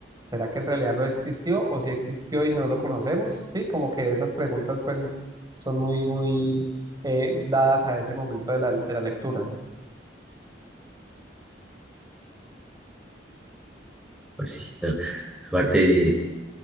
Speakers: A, on the right; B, in the centre.
A: ¿Será que en realidad no existió o si existió y no lo conocemos? Sí, como que esas preguntas fueron- son muy, muy eh, dadas a ese momento de la, de la lectura.
B: pues sí. ¿no? Aparte de-